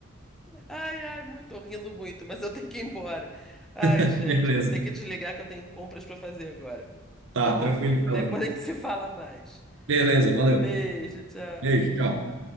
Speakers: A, in the centre; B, on the right (about 65°).
A: Ai, ai, muito, tô rindo muito, mas eu tenho que ir embora. Ai,
B: <laughs>
A: gente,
B: Beleza.
A: eu vou ter que desligar que eu tenho compras pra fazer agora.
B: Tá,
A: Tá bom?
B: tranquilo então,
A: Depois
B: Lino.
A: a gente se fala mais.
B: Beleza, valeu.
A: Beijo, tchau.
B: Beijo, tchau.